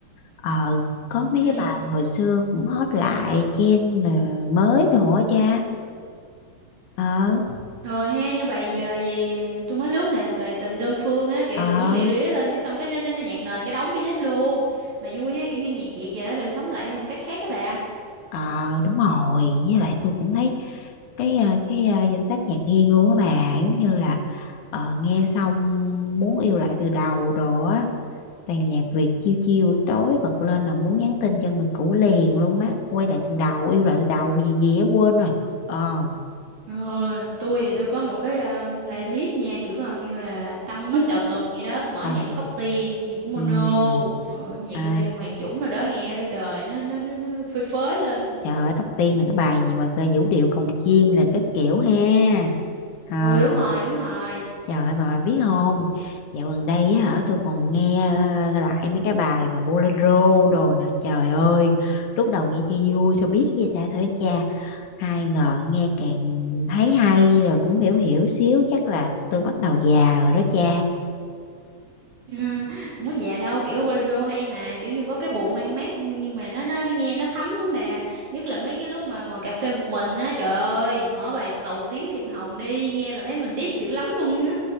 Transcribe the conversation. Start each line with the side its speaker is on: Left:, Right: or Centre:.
Left: ờ có mấy
Right: ừ
Left: cái bài hồi xưa cũng hot lại trên rồi mới đồ á cha ờ
Right: rồi ha như bài ờ, gì ờ, tôi mới lướt nè bài tình đơn phương á kiểu
Left: ờ
Right: tự nhiên bị rỉa lên cái xong cái nó nó nó nhạc nền cái đóng bi lép luôn mà vui ha kiểu như nhạc Việt giờ nó được sống lại theo một cách khác các bà
Left: ờ đúng rồi với lại tôi cũng thấy cái ờ, cái ờ, danh sách nhạc riêng luôn á bà giống như là ờ, nghe xong muốn yêu lại từ đầu đồ á toàn nhạc Việt chiêu chiêu buổi tối bật lên là muốn nhắn tin cho người cũ liền luôn á quay lại từ đầu yêu lại từ đầu gì gì á quên rồi ờ
Right: Ờ, tôi thì tôi có một cái um, playlist nha kiểu là như là tăng bít đầu tuần vậy đó tôi mở
Left: ồ
Right: nhạc của Tóc Tiên nhạc của Mono
Left: Ừm,
Right: ờ, nhạc
Left: à
Right: của Hoàng Dũng rồi đó nghe đời nó nó nó, nó phơi phới lên
Left: Trời ơi, tóc tiên là cái bài gì mà cơ vũ điệu cồng chiên là các kiểu ha. À,
Right: ừ đúng rồi đúng rồi
Left: trời ơi, mà bà biết không? Dạo gần đây á hả, tôi còn nghe ờ, lại mấy cái bài mà bolero đồ nữa. Trời ơi, lúc đầu nghe cho vui thôi biết gì ta thôi cha. Ai ngờ nghe càng thấy hay rồi cũng hiểu hiểu xíu. Chắc là tôi bắt đầu già rồi đó cha.
Right: <laughs> không có già đâu kiểu bolero hay mà kiểu như có cái buồn mang mát nhưng mà nó nó, nó nghe nó thấm lắm bà nhất là mấy cái lúc mà ngồi cà phê một mình á trời ơi mở bài sầu tím thiệp hồng đi nghe là thấy mình deep dữ lắm luôn